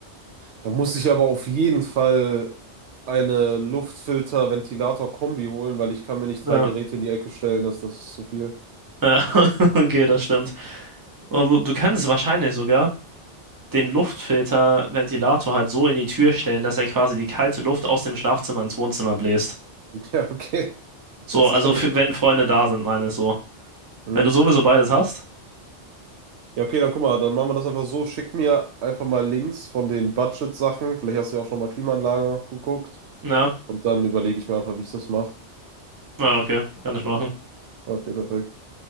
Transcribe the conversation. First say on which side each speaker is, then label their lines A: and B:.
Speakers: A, on the right (about 70°); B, on the right (about 20°).
A: Da muss ich aber auf jeden Fall eine Luftfilter-Ventilator-Kombi holen, weil ich kann mir nicht
B: Ja.
A: drei Geräte in die Ecke stellen, das, das ist zu viel.
B: Ja, <laughs> okay, das stimmt. Aber wo- Du kannst wahrscheinlich sogar den Luftfilter-Ventilator halt so in die Tür stellen, dass er quasi die kalte Luft aus dem Schlafzimmer ins Wohnzimmer bläst.
A: <laughs> Ja, okay,
B: So,
A: das
B: also
A: kann
B: für,
A: ich.
B: wenn Freunde da sind, meine ich so.
A: Hm.
B: Wenn du sowieso beides hast,
A: Ja, okay, dann guck mal, dann machen wir das einfach so. Schick mir einfach mal Links von den Budget-Sachen. Vielleicht hast du ja auch schon mal Klimaanlagen nachgeguckt.
B: ja,
A: Und dann überlege ich mir einfach, wie ich das mache.
B: ja, okay, kann ich machen.
A: Okay, perfekt.